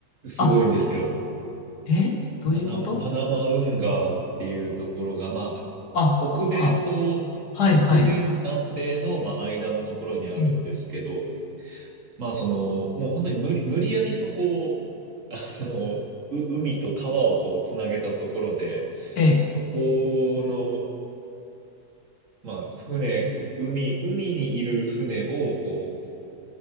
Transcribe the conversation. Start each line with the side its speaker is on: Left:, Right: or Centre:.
Right: すごいんですよ。
Left: あ、え、どういうこと
Right: パナマ、パナマ運河っていうところが、まあ、
Left: あ、
Right: 北米と、
Left: ここか。はいはい。
Right: 北米と南米の、まあ、間のところにあるんですけど、
Left: うん。
Right: まあ、その、もう本当に無理、無理やりそこを、あの、う、海と川をこう、つなげたところで、
Left: え、
Right: そこの、まあ、船、う海、海にいる船を、こう、